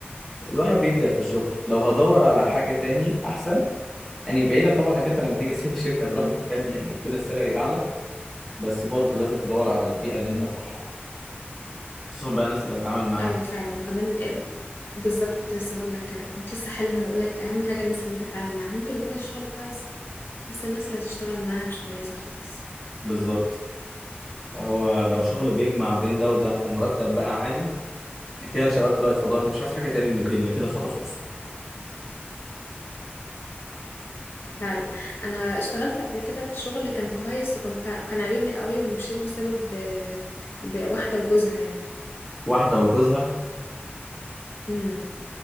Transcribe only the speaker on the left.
اه
مم.
مم.
ايوه فعلا وكمان بالظبط كنت لسه هقول لك كده كنت لسه حالا هقول لك اهم حاجه الناس اللي انت بتتعامل معاها ممكن يكون الشغل كويس بس الناس اللي هتشتغل معاها مش كويسه خالص
مهم.
فعلا انا اشتغلت قبل كده في شغل كان كويس وكنت كان عاجبني قوي ومشيت بسبب بواحده وجوزها يعني
امم